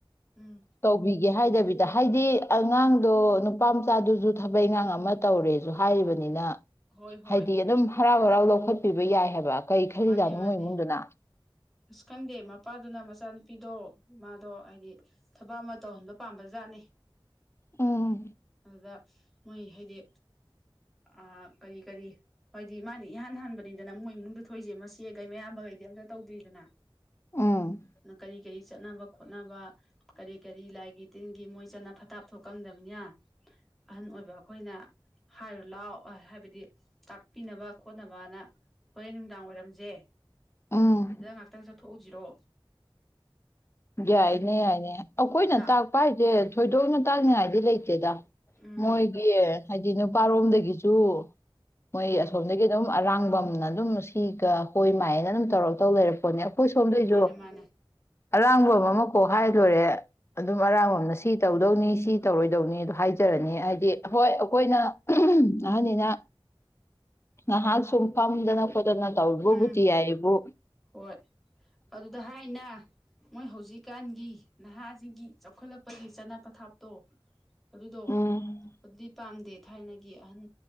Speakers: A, in the centre; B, on the left.
A: ꯎꯝ
B: ꯇꯧꯕꯤꯒꯦ ꯍꯥꯏꯗꯕꯤ ꯍꯥꯏꯗꯤ ꯑꯉꯥꯡꯗꯣ ꯅꯨꯄꯥ ꯃꯆꯥꯗꯨꯁꯨ ꯊꯕꯛ ꯏꯤꯟꯈꯥꯡ ꯑꯃ ꯇꯧꯔꯦ ꯁꯨ ꯍꯥꯏꯔꯤꯕꯅꯤꯅ
A: ꯍꯣꯏ ꯍꯣꯏ
B: ꯍꯥꯏꯗꯤ ꯑꯗꯨꯝ ꯍꯔꯥꯎ ꯍꯔꯥꯎ ꯂꯧꯈꯠꯄꯤꯕ ꯌꯥꯏ ꯍꯥꯏꯕ ꯀꯩ ꯈꯂꯤꯖꯥꯠꯅꯣ
A: ꯃꯥꯅꯦ ꯃꯥꯅꯦ
B: ꯃꯣꯏ ꯏꯃꯨꯡꯗꯨꯅ
A: ꯑꯁ ꯈꯪꯗꯦ ꯃꯄꯥꯗꯨꯅ ꯃꯆꯥꯅꯨꯄꯤꯗꯣ ꯃꯥꯗꯣ ꯍꯥꯏꯗꯤ ꯊꯕꯛ ꯑꯃ ꯇꯧꯍꯟꯕ ꯄꯥꯝꯕ ꯖꯥꯠꯅꯤ
B: ꯎꯝ
A: ꯑꯗꯨꯗ ꯃꯣꯏ ꯍꯥꯏꯗꯤ ꯑꯥ ꯀꯔꯤ ꯀꯔꯤ ꯍꯥꯏꯗꯤ ꯃꯥꯅꯥ ꯏꯍꯥꯟ ꯍꯥꯟꯕꯅꯤꯗꯅ ꯃꯣꯏ ꯏꯃꯨꯡꯗ ꯊꯣꯛꯏꯁꯦ ꯃꯆꯦꯈꯩ ꯃꯌꯥꯝꯕꯈꯩꯗꯤ ꯑꯝꯇ ꯇꯩꯗ꯭ꯔꯤ ꯑꯗꯨꯅ
B: ꯎꯝ
A: ꯅ ꯀꯔꯤ ꯀꯔꯤ ꯀꯔꯤ ꯆꯠꯅꯕ ꯈꯣꯠꯅꯕ ꯀꯔꯤ ꯀꯔꯤ ꯂꯥꯏꯒꯤ ꯇꯤꯟꯒꯤ ꯃꯣꯏ ꯆꯠꯅ ꯇꯊꯥꯞꯇꯣ ꯈꯪꯗꯕꯅꯤꯅ ꯑꯍꯟ ꯑꯣꯏꯕ ꯑꯩꯈꯣꯏꯅ ꯍꯥꯏꯔꯣ ꯂꯥꯛꯑꯣ ꯍꯥꯏꯕꯗꯤ ꯇꯥꯛꯄꯤꯅꯕ ꯈꯣꯠꯅꯕꯅ ꯍꯣꯔꯦꯟ ꯅꯨꯡꯗꯥꯡ ꯋꯥꯏꯔꯝꯁꯦ
B: ꯎꯝ
A: ꯁꯤꯗ ꯉꯍꯥꯛꯇꯪ ꯆꯠꯊꯣꯛꯎꯁꯤꯔꯣ
B: ꯌꯥꯏꯅꯦ ꯌꯥꯏꯅꯦ ꯑꯩꯈꯣꯏꯅ
A: ꯂꯥꯛ
B: ꯇꯥꯛꯄ ꯍꯥꯏꯁꯦ ꯊꯣꯏꯗꯣꯛꯅ ꯇꯥꯅꯤꯡꯉꯥꯏꯗꯤ ꯂꯩꯇꯦꯗ
A: ꯎꯝ
B: ꯃꯣꯏꯒꯤ ꯍꯥꯏꯗꯤ ꯅꯨꯄꯥꯔꯣꯝꯗꯒꯤꯁꯨ ꯃꯣꯏ
A: ꯎꯝ
B: ꯑꯁꯣꯝꯗꯒꯤ ꯑꯗꯨꯝ ꯑꯔꯥꯡꯕꯝꯅ ꯑꯗꯨꯝ ꯁꯤꯒ ꯍꯣꯏ ꯃꯥꯏꯑꯅ ꯑꯗꯨꯝ ꯇꯧꯔꯛ ꯇꯧ ꯂꯩꯔꯄꯣꯠꯅꯦ ꯑꯩꯈꯣꯏ ꯁꯣꯝꯗꯩꯁꯨ
A: ꯃꯥꯅꯦ ꯃꯥꯅꯦ
B: ꯑꯔꯥꯡꯕꯝ ꯑꯃ ꯀꯣꯛ ꯍꯥꯏꯔꯂꯣꯢꯔꯦ ꯑꯗꯨꯝ
A: ꯎꯝ
B: ꯑꯔꯥꯡꯕꯝꯅ ꯁꯤ ꯁꯤ ꯇꯧꯗꯧꯅꯤ ꯁꯤ ꯇꯧꯔꯣꯏꯗꯧꯅꯤ ꯑꯗꯨ ꯍꯥꯏꯖꯔꯅꯤ ꯍꯥꯏꯗꯤ ꯍꯣꯏ ꯑꯩꯈꯣꯏꯅ ꯑꯍꯟꯅꯤꯅ ꯉꯍꯥꯛ ꯁꯨꯝ ꯐꯝꯗꯅ ꯈꯣꯠꯇꯅ ꯇꯧꯕꯕꯨꯗꯤ
A: ꯎꯝ
B: ꯌꯥꯢ ꯍꯥꯏꯕꯨ
A: ꯍꯣꯏ ꯑꯗꯨꯗ ꯍꯥꯏꯅ ꯃꯣꯏ ꯍꯧꯖꯤꯛꯀꯥꯟꯒꯤ ꯅꯍꯥꯁꯤꯒꯤ ꯆꯥꯎꯈꯠꯂꯛꯄꯒꯤ ꯆꯠꯅ ꯄꯊꯥꯞꯇꯣ ꯑꯗꯨꯗꯣ
B: ꯎꯝ
A: ꯑꯗꯨꯗꯤ ꯄꯥꯝꯗꯦ ꯊꯥꯏꯅꯒꯤ ꯑꯍꯟ